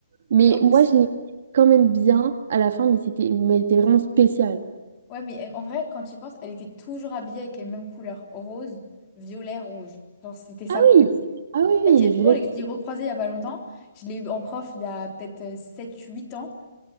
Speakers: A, on the right; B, on the left.
A: Mais
B: Mais en plus,
A: moi, je l'ai quand même bien à la fin, mais c'était mais elle était vraiment spécial.
B: ouais, mais euh, en vrai, quand tu y penses, elle était toujours habillée avec les mêmes couleurs, rose, violet, rouge. Genre, c'était sa
A: Ah
B: palette.
A: oui, ah oui,
B: Ça
A: oui,
B: qui
A: le
B: est
A: violet,
B: drôle et que je l'ai recroisée il n'y a pas longtemps. Je l'ai eu en prof il y a peut-être euh, sept, huit ans